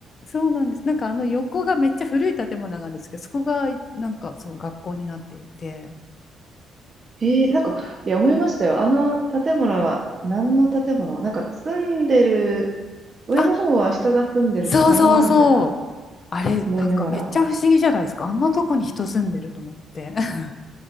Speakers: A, on the left; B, on the right.
A: そうなんですなんかあの横がめっちゃ古い建物なんですけどそこがなんかそう学校になっていて
B: えー、なんか、いや、思いましたよ。あの建物は、何の建物なんか、住んでる、上の方は人が住んでるのかなみたいな、
A: あそうそうそう。あれ、
B: 思いながら。
A: なんかめっちゃ不思議じゃないですか。あんなとこに人住んでると思って。<laughs>